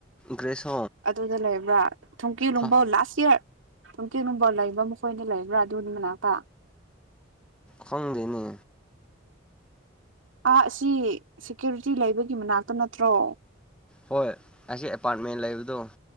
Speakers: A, in the centre; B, on the right.
A: ꯒ꯭ꯔꯦꯁ
B: ꯑꯗꯨꯗ ꯂꯩꯕ ꯋꯥ ꯊꯦꯡꯛꯀꯤꯌꯨ ꯂꯣꯡꯕꯥꯣ
A: ꯍꯣꯝ
B: ꯂꯥꯁ ꯏꯔ ꯅꯨꯡꯇꯤ ꯅꯨꯡꯕ ꯂꯩꯕ꯭ꯔ ꯃꯈꯣꯏꯅ ꯂꯩꯕ꯭ꯔꯥ ꯑꯗꯨꯒꯤ ꯃꯅꯥꯛꯇ
A: ꯈꯪꯗꯦꯅꯦ
B: ꯑꯥ ꯑꯁꯤ ꯁꯦꯀ꯭ꯌꯨꯔꯤꯇꯤ ꯂꯩꯕꯒꯤ ꯃꯅꯥꯛꯇ ꯅꯠꯇ꯭ꯔꯣ
A: ꯍꯣꯏ ꯑꯁꯤ ꯑꯦꯄꯥꯔꯠꯃꯦꯟ ꯂꯩꯕꯗꯣ